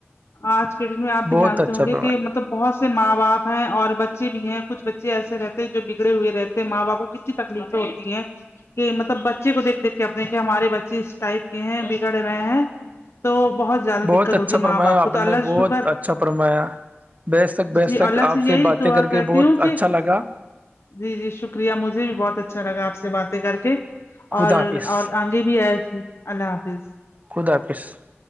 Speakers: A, on the left; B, on the right.
A: آج کے دن میں آپ بھی
B: بہت
A: جانتے
B: اچھا
A: ہوں
B: فرمایا
A: گے کہ مطلب بہت سے ماں باپ ہیں اور بچے بھی ہیں کچھ ایسے رہتے جو بگڑے ہوئے رہتے ہیں ماں باپو کو کتنی تکلیفیں ہوتی ہیں کہ مطلب بچے کو دھ دیک کے اپنے کہ ہمارے بچے اس ٹائپ کے ہیں بگڑ رہے ہیں تو بہت زیادہ
B: بہت
A: دقت
B: اچھا
A: ہوتی
B: فرمایا
A: ماں باپ
B: آپ
A: کو تو
B: نے
A: اللہ
B: بہت
A: جی شکر
B: اچھا فرمایا بے شک بے
A: جی
B: شک
A: اللہ
B: آپ
A: سے یہی
B: باتیں
A: دعا
B: کر کے
A: کرتی
B: بہت
A: ہوں کہ
B: اچھا لگا
A: جی جی شکریہ مجھے بھی بہت اچھا لگا آپ سے باتیں کر کے
B: خدا
A: اور
B: حافظ
A: اور آگے بھی آیا تھ اللہ حافظ
B: خود حافظ <unintelligible>